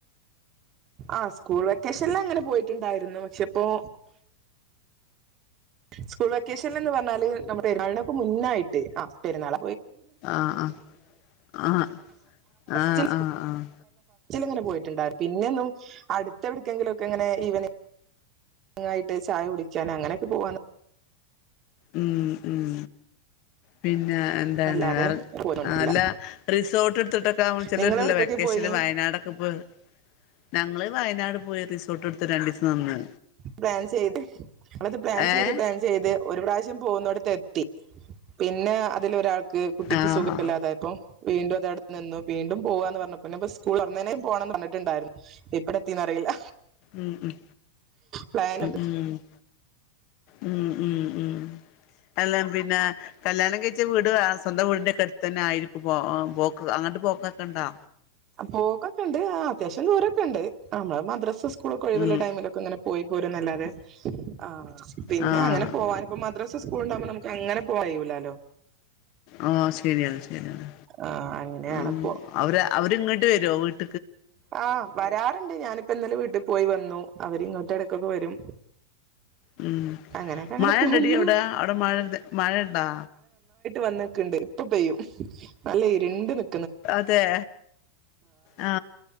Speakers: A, on the right; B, on the left.
A: ആ സ്കൂൾ വെക്കേഷന് അങ്ങനെ പോയിട്ടുണ്ടായിരുന്നു ക്ഷേ ഇപ്പോൾ സ്കൂൾ വെ ക്കേഷനന്ന പറഞ്ഞാല് നമ്മുടെ വരുന്നതിനു മുന്നേയിട്ടാ പെരുന്നാൾ
B: ആഹ് ആഹ് ആഹ് ആഹ്
A: <inaudible> ച
B: ആഹ് ആഹ്
A: അങ്ങനെ പോയിട്ടുണ്ടായിരുന്നു പിന്നൊന്നും അടുത്ത എവിടെക്കെങ്കിലും ഒക്കെ ഇവനി ആയിട്ട് ചായകുടിക്കാൻ അങ്ങനെയൊക്കെ പോവ
B: ഉം ഉം പിന്നെ എന്താണ്
A: പോവാന്നല്ലാതെ
B: വേറെ
A: പോയിട്ടില്ല
B: അല്ല റിസോർട്ട് ചിലരൊക്കെ
A: നിങ്ങൾ എവിടക്കൊക്കെ
B: വെക്കേഷന്
A: പോയി
B: വയനാട് ഒക്കെപോയി ഞങ്ങൾ വയനാട് പോയി റിസോർട്ട് എടുത്ത് രണ്ടുദിവസം നിന്ന്
A: പ്ലാൻ ചെയ്തു ഞങ്ങൾ അത് പ്ലാൻ
B: ഏഹ്
A: ചെയ്ത പ്ലാൻ ചെയ്തു ഒരു പ്രാവശ്യം പോകുന്നിടത്ത് എത്തി പിന്നെ ഇതിൽ ഒരാൾക്ക് കുട്ടിക്ക്
B: ആഹ്
A: സുഖോല്ല തായപ്പം വീണ്ടെതടുത്ത് നിന്നും വീണ്ടും പോകാന്ന് പറഞ്ഞപ്പ സ്കൂൾ തുറന്ന ഉടനെ പറഞ്ഞിട്ടുണ്ടായിരുന്നു ണ്ടായിരുന്നുന്നിട്ടുണ്ടായിരുന്നു ഇപ്പടെ അറിയില്ല
B: ഉം ഉം
A: പ്ലാനുണ്ട്
B: ഉം ഉം ഉം ഉം അല്ല പിന്നെ കല്യാണം കഴിച്ച വീട് സ്വന്തം വീടിന്റെ അടുത്ത് തന്നെ ആയിരിക്കുമ്പോ പോ അങ്ങട്ട് പൊക്കൊക്കെ ഉണ്ടോ
A: പോവുക്കെണ്ട് അത്യാവിശ്യം ദൂരെക്കൊണ്ട് നമ്മളെ മദ്രസ സ്- സ്‌കൂളൊക്കെ ഒഴിവുള്ള
B: ഉം
A: ടൈമിലൊക്കെ പോയി പോരുന്നല്ലാത്ത- അ പിന്നെ
B: ആഹ്
A: അങ്ങനെ പോവാൻ ഇപ്പോ മദ്രസെ സ്കൂളും ഉണ്ടാവുമ്പോ അങ്ങനെ പോവാ കഴിയിലാല്ലോ
B: അ ശരിയാണ് ശരിയാണ്
A: ആ അങ്ങനെയാണിപ്പോ
B: മ്മ് അവര് ഇങ്ങട്ട് വിട്ടെരൊ <unintelligible>
A: അ വരാറ്- ഞാനിപ്പംന്നലെ വീട്ടിപോയി വന്നു അവര് ഇങ്ങോട്ട് ഇടക്കൊക്കെ വരും
B: മ്മ്
A: അങ്ങനെയൊക്കെ അങ്ങനെ
B: മഴണ്ടെടി
A: പോന്നു
B: അവിടെ അവിടെ മഴൻ്റെ മഴ ഉണ്ടോ?
A: വന്ന്ക്ക്ണ്ട് ഇപ്പോ ചെയ്യും നല്ല ഇര്ണ്ട് നി-
B: അതെ ആ.....